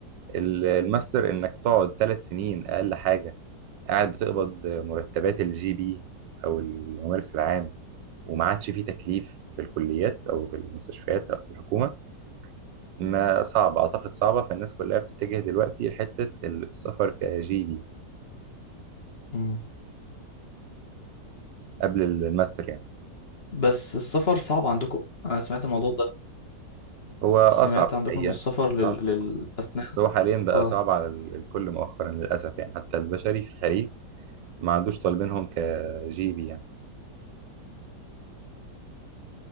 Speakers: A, on the right (about 80°); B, on the left (about 35°).
A: ال- الماستر إنك تقعد ثلاث سنين أقل حاجة قاعد بتقبض مرتبات الجي بي أو الممارس العام وما عادش فيه تكليف في الكليات أو في المستشفيات أو في الحكومة ما صعب أعتقد صعبة فالناس كلها بتتجه دلوقتي لحتة السفر كجي بي
B: مم.
A: قبل الماستر يعني
B: بس السفر صعب عندكم انا سمعت الموضوع ده
A: هو
B: سمعت
A: أصعب الحقيقة
B: عندكم ان السفر
A: أصعب
B: لل... للاسنان
A: بس بس هو حاليا بقى
B: اه
A: صعب على ال- الكل مؤخرا للأسف يعني حتى البشري في الخليج ما عادوش طالبينهم كجيبي يعني